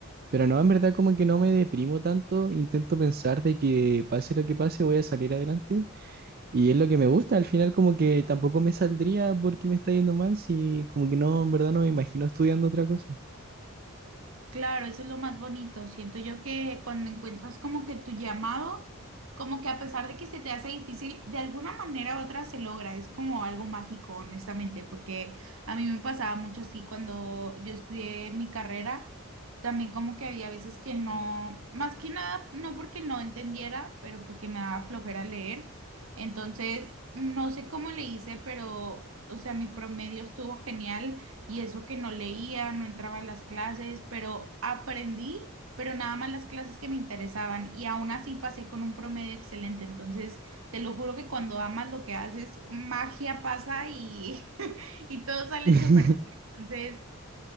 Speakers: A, on the right (about 45°); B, on the right (about 65°).
A: Pero no, en verdad como que no me deprimo tanto, intento pensar de que pase lo que pase voy a salir adelante y es lo que me gusta, al final como que tampoco me saldría porque me está yendo mal, si como que no, en verdad no me imagino estudiando otra cosa.
B: Claro, eso es lo más bonito. Siento yo que cuando encuentras como que tu llamado, como que a pesar de que se te hace difícil, de alguna manera u otra se logra. Es como algo mágico, honestamente, porque a mí me pasaba mucho así cuando yo estudié mi carrera, también como que había veces que no, más que nada, no porque no entendiera, pero porque me daba flojera leer. Entonces, no sé cómo le hice, pero, o sea, mi promedio estuvo genial y eso que no leía, no entraba a las clases, pero aprendí, pero nada más las clases que me interesaban y aún así pasé con un promedio excelente. Entonces, te lo juro que cuando amas lo que haces, magia pasa y, <laughs> y todo sale
A: <laughs>
B: súper bien. Entonces,